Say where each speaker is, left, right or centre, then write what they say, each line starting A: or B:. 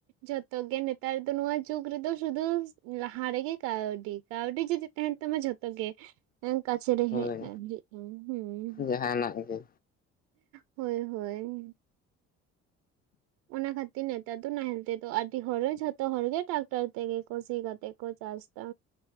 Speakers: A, on the right; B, on the left.
A: ᱡᱚᱛᱚ ᱜᱮ ᱱᱮᱛᱟᱨ ᱫᱚ ᱱᱚᱣᱟ ᱡᱩᱜᱽ ᱨᱮᱫᱚ ᱥᱩᱫᱩ ᱞᱟᱦᱟ ᱨᱮᱜᱮ ᱠᱟᱣᱰᱤ, ᱠᱟᱣᱰᱤ ᱡᱩᱫᱤ ᱛᱟᱦᱮᱱ ᱛᱟᱢᱟ ᱡᱷᱚᱛᱚ ᱜᱮ <unintelligible>
B: ᱦᱳᱭ ᱡᱟᱦᱟᱱᱟᱜ ᱜᱮ
A: ᱦᱳᱭ ᱦᱳᱭ᱾ ᱚᱱᱟ ᱠᱷᱟᱹᱛᱤᱨ ᱛᱟ ᱫᱚ ᱱᱟᱦᱮᱞ ᱛᱮᱫᱚ ᱟᱹᱰᱤ ᱦᱚᱲ ᱡᱷᱚᱛᱚ ᱦᱚᱲ ᱜᱮ ᱴᱟᱠᱴᱟᱨ ᱛᱮᱜᱮ ᱠᱚ ᱥᱤ ᱠᱟᱛᱮᱜ ᱠᱚ ᱪᱟᱥᱫᱟ᱾